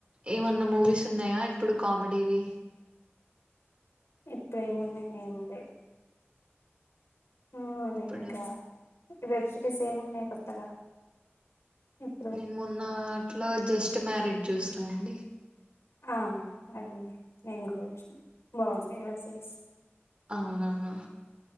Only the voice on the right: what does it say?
ఏమన్నా మూవీస్ ఉన్నాయా ఇప్పుడు కామెడివి
ఇప్పుడే
నేను మొన్న అట్లో జస్ట్ మ్యారీడ్ చూసిన అండి
అవునవును